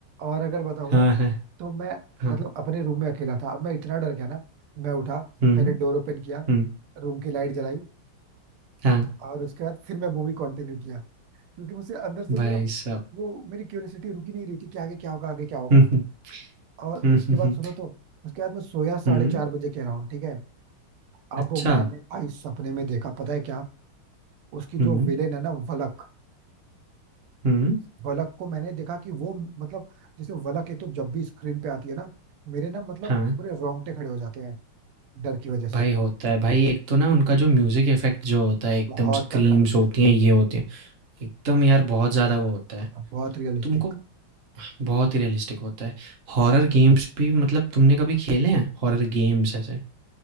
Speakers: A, on the right; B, on the right.
A: और अगर बताऊँ
B: हाँ,
A: ना
B: हाँ,
A: तो मैं
B: हाँ,
A: मतलब अपने रूम में अकेला था अब मैं इतना डर गया ना मैं उठा
B: हुँ,
A: पहले डोर ओपन किया
B: हुँ,
A: रूम की लाइट जलाई
B: हाँ,
A: और उसके बाद फिर मैं मूवी कंटिन्यू किया क्योंकि मुझे अंदर से मेरा
B: भाई साहब।
A: वो मेरी क्यूरियोसिटी रुकी नहीं रही थी कि आगे क्या होगा आगे क्या होगा
B: हुँ, हुँ,
A: और उसके
B: हुँ, हुँ,
A: बाद
B: हुँ,
A: सुनो तो उसके बाद मैं सोया साढ़े
B: हुँ,
A: चार बजे कह रहा हूँ ठीक है अब
B: अच्छा,
A: मैंने भाई सपने में देखा पता है क्या उसकी जो
B: हुँ,
A: विलेन है ना वलक
B: हुँ,
A: वलक को मैंने देखा कि वो मतलब जैसे वलक एक तो जब भी स्क्रीन पे आती है ना मेरे ना मतलब
B: हाँ,
A: पूरे रोंगटे खड़े हो जाते हैं डर की वजह से
B: भाई होता है भाई एक तो ना उनका जो म्यूज़िक इफ़ेक्ट जो होता है एकदम
A: बहुत
B: स्क्रीम्स
A: तगड़ा होता
B: होती
A: है
B: हैं ये होती हैं एकदम यार बहुत ज़्यादा वो होता है
A: और बहुत रियलिस्टिक
B: तुमको बहुत ही रियलिस्टिक होता है हॉरर गेम्स भी मतलब तुमने कभी खेले हैं हॉरर गेम्स ऐसे